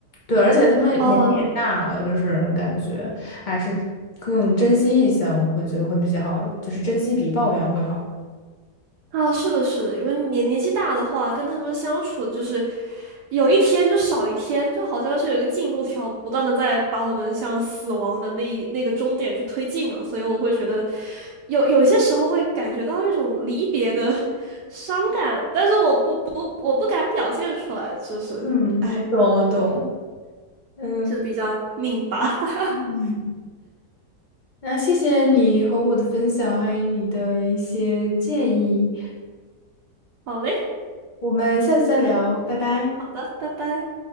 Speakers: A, on the left; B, on the right.
A: 对，而且他们年纪也大了，
B: 哦哦，
A: 就是感觉还是更珍惜一下，我会觉得会比较好，就是珍惜比抱怨会好。
B: 啊，是的，是的，因为年年纪大的话，跟他们相处就是有一天就少一天，就好像是有一个进度条，不断的在把我们向死亡的那一那个终点去推进嘛，所以我会觉得有有一些时候会感觉到一种离别的伤感，但是我不不我不敢表现出来，就是哎，
A: 嗯，我懂，我懂。嗯
B: 就比较拧巴。<laughs>
A: 嗯，那谢谢你和我的分享，还有你的一些建议，
B: 好嘞，
A: 我们下次再聊，拜拜。
B: 好的，拜拜。